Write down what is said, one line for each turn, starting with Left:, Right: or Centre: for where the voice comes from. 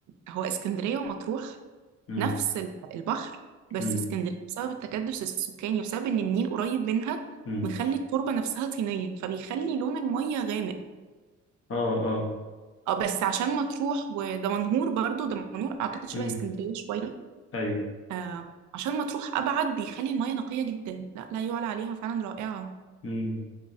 Right: هو اسكندرية ومطروح
Left: مم،
Right: نفس ال- البحر بس
Left: مم،
Right: اسكندرية بسبب التكدس السكاني وبسبب ان النيل قريب منها
Left: مم.
Right: مخلي التربة نفسها طينية فبيخلي لون المية غامق
Left: اه اه
Right: اه بس عشان مطروح ودمنهور برضو دمنهور اعتقد شبه
Left: مم.
Right: اسكندرية شوية
Left: ايوه
Right: آه عشان مطروح ابعد بيخلي المية نقية جدا لا لا يعلى عليها فعلا رائعة
Left: مم.